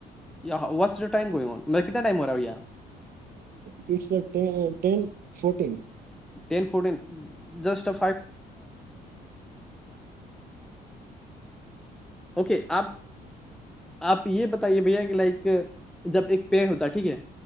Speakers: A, in the centre; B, on the right (about 60°).
A: یہاں وات جو ٹائم گ کو گ مط کت ائمارا گیا
B: ٹس ٹین فٹیین
A: فٹ س اوکے آپ آپ یہ بتائیے بھیا کہ لائک جب ایک پیڑ ہوتا ٹھیک ہے